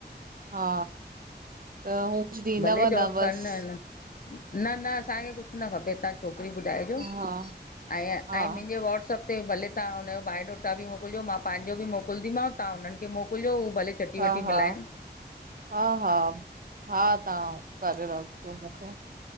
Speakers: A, on the right; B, on the left.
A: हा त हू कुछु ॾींदव
B: भले जॉब
A: न बसि।,
B: कनि न न न असांखे कुछु न खपे तां छोकिरी ॿुधाइजो,
A: हा
B: ऐं
A: हा
B: ऐं मुंहिंजे वाट्सप हे भले तहां हुनजो बायोडोटा बि मोकिलजो मां पंहिंजो बि मोकिलंदीमांव तहां हुननि खे मोकिलिजो उह भले चटी
A: हा
B: वटी
A: हा
B: मिलाइनि
A: हा हा हा तहां करे रख रखे,